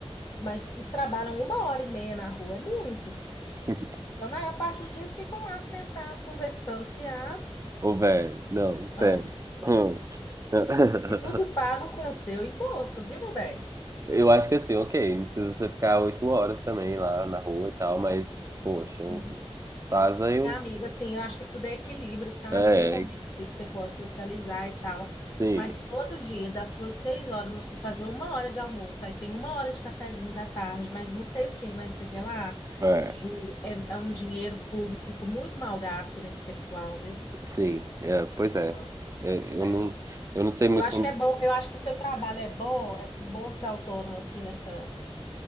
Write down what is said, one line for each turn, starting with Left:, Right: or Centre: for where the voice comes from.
Left: mas eles trabalham uma hora e meia na rua, é muito.
Right: <laughs>
Left: Então, a maior parte do dia eles ficam lá sentados, conversando, fiado.
Right: Ô, velho, não, sério.
Left: Ai.
Right: Hum. <laughs>
Left: E tudo pago com o seu imposto, viu, meu bem?
Right: Eu acho que assim, ok, não precisa você ficar oito horas também lá na rua e tal, mas, poxa,
Left: Uhum.
Right: faz aí
Left: É,
Right: um.
Left: amigo, assim, eu acho que tudo é equilíbrio, sabe?
Right: É,
Left: Tem um momento ali que você pode socializar e tal,
Right: sim.
Left: mas todo dia, das suas seis horas, você fazer uma hora de almoço, aí tem uma hora de cafezinho da tarde, mas não sei o que, mas sei que lá,
Right: É,
Left: juro, é, é um dinheiro público muito mal gasto nesse pessoal, viu?
Right: sim. É, pois é.
Left: Ó,
Right: É, eu
Left: É.
Right: não, eu não sei muito
Left: Eu acho
Right: como.
Left: que é bom, eu acho que o seu trabalho é bom, é bom ser autônomo, assim, nessa.